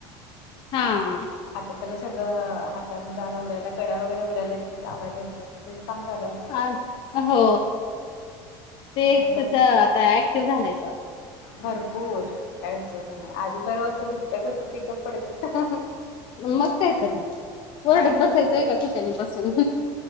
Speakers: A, on the left (about 50°); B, on the left (about 85°).
A: हां.
B: आता त्याला सगळं हाताने दार उघडायला कड्या वगैरे उघडायला येतात लावायला येतात तेच काम चालू असं
A: आ हो ते एक
B: नाहीतर
A: त्याच्या
B: मग
A: आता ऍक्टिव झालाय तो.
B: भरपूर काय विचारायचं नाही आधी बरं होतं दुपट्यात होतं ति गप्प पडत होत.
A: मग कायतरं ओरडत
B: नव्हतं.
A: बसायचं एका ठिकाणी बसून.